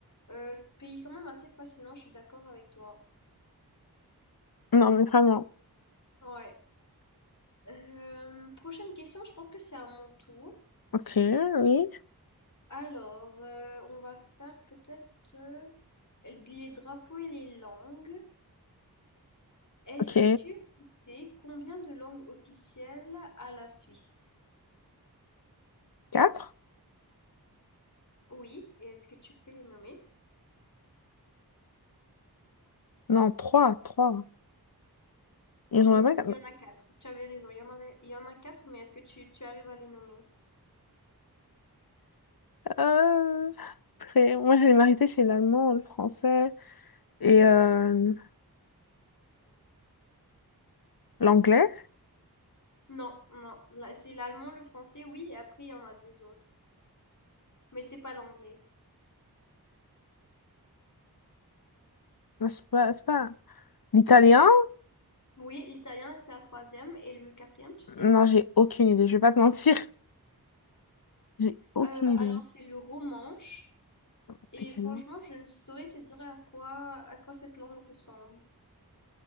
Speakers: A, on the left; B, on the left.
A: Euh, pays quand même assez fascinant, je suis d'accord avec toi.
B: Non, mais vraiment.
A: Ouais. Euh, prochaine question, je pense que c'est à mon tour.
B: Ok, oui.
A: Alors, euh, on va faire peut-être euh, les drapeaux et les langues. Est-ce
B: Ok.
A: que tu sais combien de langues officielles a la Suisse?
B: Quatre?
A: Oui, et est-ce que tu peux les nommer?
B: Non, trois, trois. Ils
A: Hmm,
B: ont là-bas.
A: il y en a quatre. Tu avais raison. Il y en avait, il y en a quatre, mais est-ce que tu, tu arrives à les nommer?
B: Euh... Après, moi, j'allais m'arrêter chez l'allemand, le français et euh, l'anglais.
A: Non, non. Là, C'est l'allemand, le français, oui, et après il y en a deux autres. Mais c'est pas l'anglais.
B: Non, Je sais pas, c'est pas. L'italien?
A: Oui, l'italien, c'est la troisième, et le quatrième, tu sais?
B: Non, j'ai aucune idée. Je vais pas te mentir. <laughs> J'ai aucune
A: Euh,
B: idée.
A: alors c'est le romanche,
B: C'est
A: et
B: quelle
A: franchement,
B: langue?
A: je ne saurais te dire à quoi, à quoi cette langue ressemble.